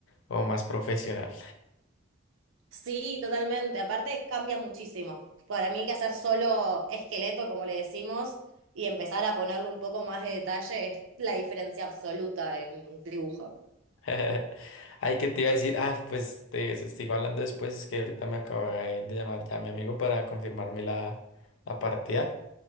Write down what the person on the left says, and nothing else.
o más profesional.
<laughs> Ay, que te iba a decir, ah, pues te, se- sigo hablando después, es que ahorita me acaba de llamar ya mi amigo para confirmarme la, la partida.